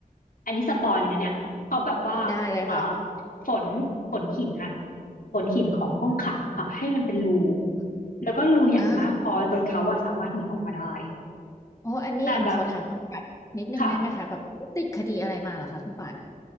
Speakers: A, on the left (about 70°); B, on the left (about 20°).
A: อันนี้สปอยเลยนะเนี่ยเขาแบบว่าเอ่อ
B: ได้เลยค่ะ
A: ฝนฝนหินน่ะฝนหินของห้องขังอะค่ะให้มันเป็นรู
B: อืม
A: แล้วก็รูใหญ่มากพอจนเขาอะสามารถหนีออกมาได้
B: อ่า โอ้อันนี้แอมขอถามคุณป่านนิดนึงได้ไหมคะแบบติดคดีอะไรมาเหรอคะคุณป่าน
A: แต่แบบค่ะ